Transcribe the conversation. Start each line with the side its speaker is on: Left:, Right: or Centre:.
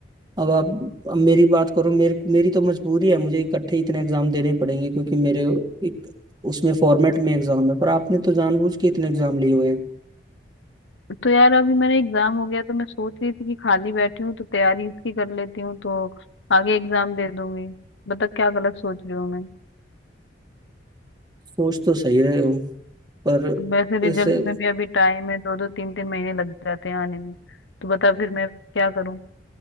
Right: अब आप अब मेरी बात करो मेरे मेरी तो मजबूरी है मुझे इकट्ठे इतने एग्जाम देने पड़ेंगे क्योंकि मेरे एक उसमें फॉर्मेट में एग्जाम है पर आपने तो जानबूझ के इतने एग्जाम लिए हुए हैं
Left: तो यार अभी मेरा एग्जाम हो गया तो मैं सोच रही थी कि खाली बैठी हूँ तो तैयारी इसकी कर लेती हूँ तो आगे एग्जाम दे दूंगी बता क्या गलत सोच रही हूँ मैं
Right: सोच तो सही रहे हो पर
Left: वैसे रिजल्ट
Right: इससे
Left: में भी अभी टाइम है दो दो तीन तीन महीने लग जाते हैं आने में तो बता फिर मैं क्या करूँ